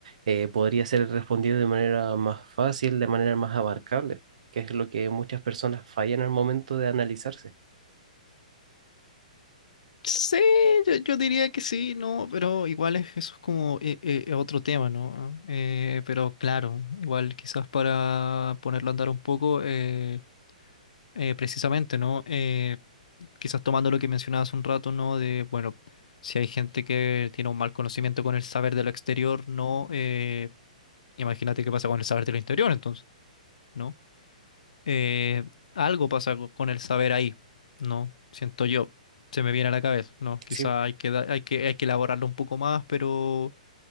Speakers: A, on the right; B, on the left.
A: eh, podría ser respondido de manera más fácil, de manera más abarcable, que es lo que muchas personas fallan al momento de analizarse.
B: Sí, yo, yo diría que sí, no, pero igual es, eso es como eh, eh, otro tema, ¿no? Eh, pero claro, igual quizás para ponerlo a andar un poco, eh, eh, precisamente, ¿no? Eh, quizás tomando lo que mencionabas un rato, ¿no? De, bueno, si hay gente que tiene un mal conocimiento con el saber de lo exterior, ¿no? Eh, imagínate qué pasa con el saber de lo interior, entonces, ¿no? Eh, algo pasa co- con el saber ahí, ¿no? Siento yo, se me viene a la cabeza, ¿no? Quizá
A: Sí,
B: hay que, da- hay que, hay que elaborarlo un poco más, pero